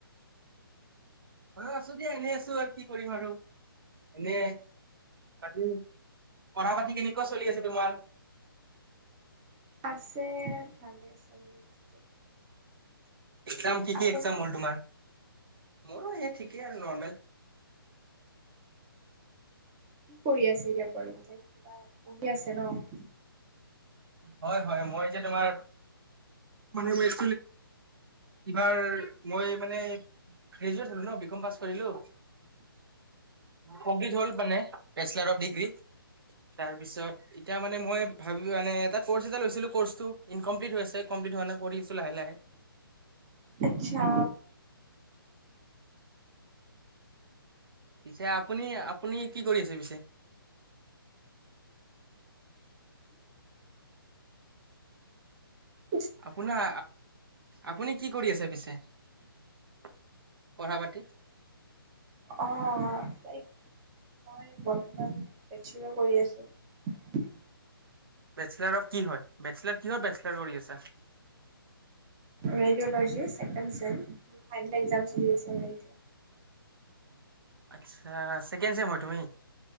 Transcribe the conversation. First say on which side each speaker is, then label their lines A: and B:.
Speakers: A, on the right (about 70°); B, on the right (about 15°).
A: অ', আছো দিয়া এনেই আছো আৰু কি কৰিম আৰু। এনেই, তাকো পঢ়া-পাতি কেনেকুৱা চলি আছে তোমাৰ?
B: আছে ভালে চলি, <unintelligible>
A: একজাম কি কি
B: আপুনি
A: একজাম হ'ল ', তোমাৰ মোৰো এই ঠিকেই আৰু নৰ্মেল।
B: কি কৰি আছে এতিয়া কিবা পঢ়ি আছে ন',?
A: হয়', - হয়', মই যে তোমাৰ মানে, মেচ ইবাৰ মই, মানে গ্ৰেজুৱেট হল ন বিকম পাছ কৰিলো। কমপ্লিট হল মানে বেচলাৰ অফ ডিগ্ৰী তাৰপিছত এতিয়া মানে মই ভাবি মানে এটা কৰ্চ এটা লৈছিলো কৰ্চটো ইকমপ্লিট হৈ আছে কমপ্লিট হোৱা নাই কৰি আছো লাহে লাহে।
B: আচ্ছা
A: পিছে আপুনি আপুনি কি কৰি আছে পিছে।
B: কি
A: আপোনাৰ আপুনি কি কৰি আছে পিছে পঢ়া পাতি।
B: অ লাইক মই বৰ্তমান জিম কৰি আছো
A: বেচলাৰ অফ কি হয় বেচলাৰ কি হয় বেচলাৰ কৰি আছা
B: radiology second sem final exam চলি আছে
A: আচ্ছা চেকেণ্ড ছেম হয় তুমি